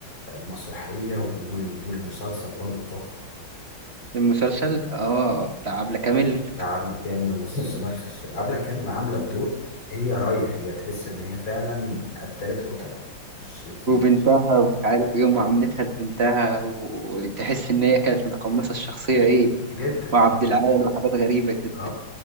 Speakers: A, on the left (about 80°); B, on the right (about 35°).
A: المسرحيه وال- والمسلسل برضه تحفه
B: المسلسل اه بتاع عبلة كامل
A: بتاع عبلة كامل وسمية <laughs> الخشاب عبلة كامل عامله الدور هي رايه هي تحس ان هي فعلا قتلت قتله مش <laughs> مش-
B: وبنتها ومش عارف ايه ومعاملتها لبنتها وتحس ان هي كانت متقمصة الشخصية ايه
A: جدا جدا
B: وعبد العال وحاجات غريبة كده
A: اه